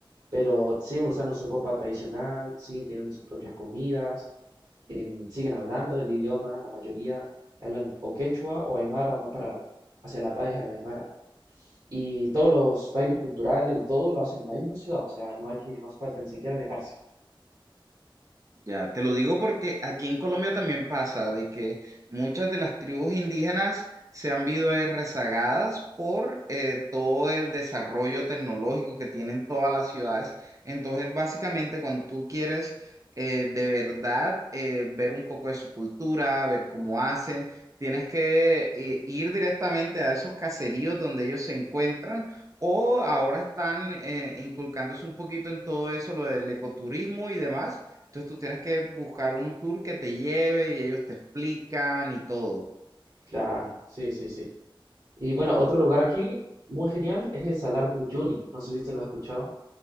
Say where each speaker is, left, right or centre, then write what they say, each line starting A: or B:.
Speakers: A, on the right; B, on the right.
A: pero siguen usando su ropa tradicional, siguen teniendo sus propias comidas, em, siguen hablando el idioma, la mayoría hablan o quechua o aymara más para hacia la pareja la aymara. Y todos los bailes culturales y todo lo hacen en la misma ciudad, o sea, no hay que, no hace falta ni siquiera alejarse.
B: Ya, te lo digo porque aquí en Colombia también pasa de que muchas de las tribus indígenas se han visto eh, rezagadas por eh, todo el desarrollo tecnológico que tienen todas las ciudades. Entonces, básicamente, cuando tú quieres eh, de verdad eh, ver un poco de su cultura, ver cómo hacen, tienes que eh, ir directamente a esos caseríos donde ellos se encuentran. O ahora están eh, inculcándose un poquito en todo eso, lo del ecoturismo y demás entonces tú tienes que buscar un tour que te lleve y ellos te explican y todo.
A: Claro, sí, sí, sí. Y bueno, otro lugar aquí muy genial es el Salar de Uyuni, no sé si te lo has escuchado,